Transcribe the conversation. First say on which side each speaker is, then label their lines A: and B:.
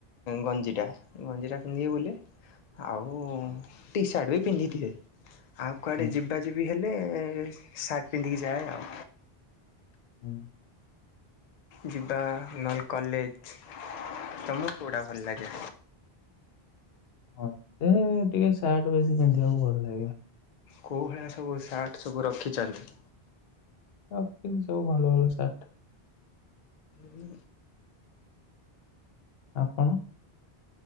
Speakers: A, on the left; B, on the left.
A: ଗଞ୍ଜିଟା ଗଞ୍ଜିଟା ପିନ୍ଧିବ ବୋଲି ଆଉ ଟି ସାର୍ଟ ବି ପିନ୍ଧିଦିଏ ଆଉ କୁଆଡ଼େ
B: ହୁଁ
A: ଯିବା ଯିବି ହେଲେ ସାର୍ଟ ପିନ୍ଧିକି ଯାଏ ଆଉ
B: ହୁଁ
A: ଯିବା ନଲେ କଲେଜ ତମକୁ କୋଉଟା ଭଲ ଲାଗେ
B: ମତେ ଟିକେ ସାର୍ଟ ବେଶୀ ପିନ୍ଧିବାକୁ ଭଲ ଲାଗେ
A: କୋଉ ଭଳିଆ ସବୁ ସାର୍ଟ ସବୁ ରଖିଛନ୍ତି
B: ରଖିଛି ସବୁ ଭଲ ଭଲ ସାର୍ଟ
A: ବିଁ
B: ଆପଣ